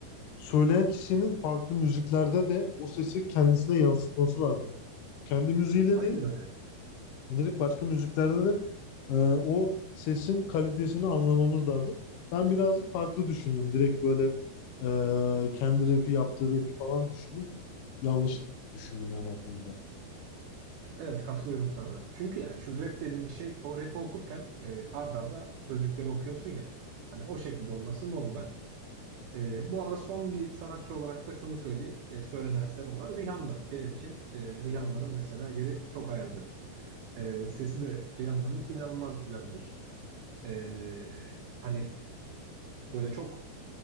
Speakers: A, on the left; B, on the right.
A: söyleyen kişinin farklı müziklerde de o sesi kendisine yansıtması lazım. Kendi müziğiyle
B: Aynen
A: değil,
B: öyle.
A: direkt başka müziklerde de e, o sesin kalitesini anlamamız lazım. Ben birazcık farklı düşündüm. Direkt böyle e, kendi rapi yaptığı rapi falan düşündüm. Yanlış düşündüm yani o konuda.
B: Evet katılıyorum sana. Çünkü yani şimdi rap dediğim şey o rapi okurken e, ard arda sözcükleri okuyorsun ya. Hani o şekilde olması normal. E, bu arada son bir sanatçı olarak da şunu söyleyeyim. E, söylemezsem olmaz. Rihanna benim için e, Rihanna'nın mesela yeri çok ayrıdır. E, sesi de Rihanna'nın inanılmaz güzeldir. E, hani böyle çok